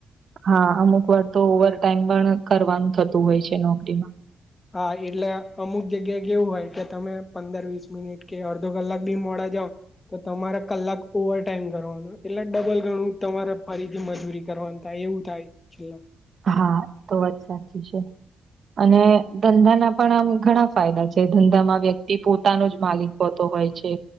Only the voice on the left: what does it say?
હા એટલે અમુક જગ્યાએ એવું હોય કે તમે પંદર વીસ મિનિટ કે અડધો કલાક બી મોડા જાવ, તો તમારે કલાક ઓવર ટાઈમ કરવાનો એટલે ડબલ ગણું તમારે ફરીથી મજૂરી. કરવાનું થાય એવું થાય છેલ્લ